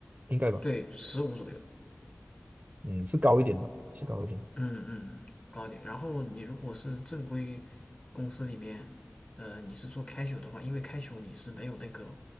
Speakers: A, on the right (about 35°); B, on the left (about 25°).
A: 应该吧，
B: 对十五左右，
A: 嗯，是高一点吧，是高一点，
B: 嗯嗯，高点。然后你如果是正规公司里面，呃，你是做开 a 的话，因为开 a 你是没有那个，